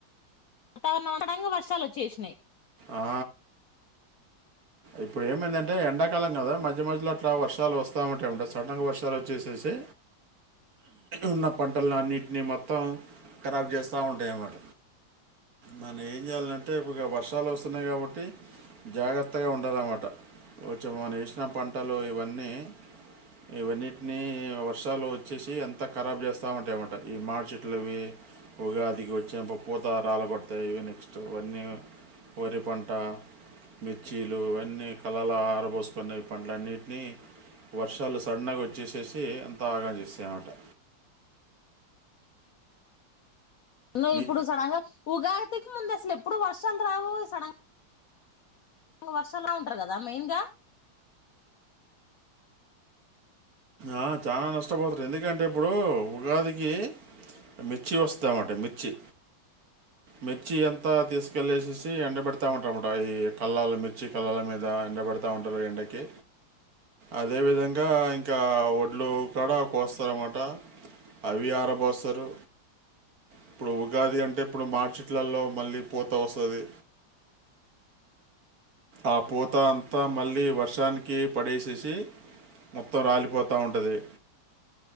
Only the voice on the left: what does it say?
వాతావరణం అడంగా వర్షాలు వచ్చేసినాయి
ను
ఇప్పుడు సడంగా ఉగాదికి ముందు అసలు ఎప్పుడు వర్షాలు రావు సడ వర్షలా ఉంటారు కదా మెయిన్గా